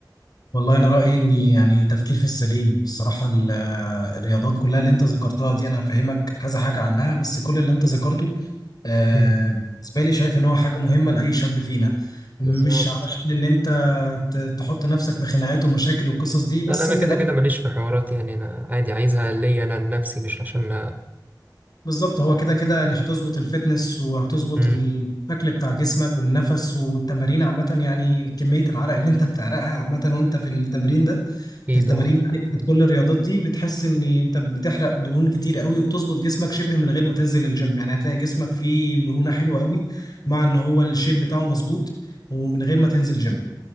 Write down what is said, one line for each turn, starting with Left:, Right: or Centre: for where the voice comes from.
Left: والله انا رايي ان يعني تفكير في السليم الصراحه ال- الرياضات كلها اللي انت ذكرتها دي انا هفهمك كذا حاجه عنها بس كل اللي انت ذكرته آه،
Right: مم.
Left: بالنسبه لي شايف ان هو حاجه مهمه لاي شاب فينا مش
Right: بالظبط
Left: علشان ان انت ت- تحط نفسك في خناقات ومشاكل والقصص دي بس
Right: لا لا، أنا
Left: من
Right: كده
Left: الاخر
Right: كده ماليش في حوارات يعني أنا عادي عايزها ليا أنا لنفسي مش عشان
Left: بالظبط هو كده كده يعني هتظبط الفتنس وهتظبط
Right: امم
Left: الشكل بتاع جسمك والنفس والتمارين عامة يعني كمية العرق اللي انت بتعرقها عامة وانت في التمرين ده
Right: أكيد
Left: في التمارين
Right: اه
Left: يعني بتاعت كل الرياضات دي بتحس ان انت بتحرق دهون كتير قوي وبتظبط جسمك شبه من غير ما تنزل الجيم يعني هتلاقي جسمك فيه مرونة حلوة قوي مع ان هو الشيب بتاعه مظبوط ومن غير ما تنزل جيم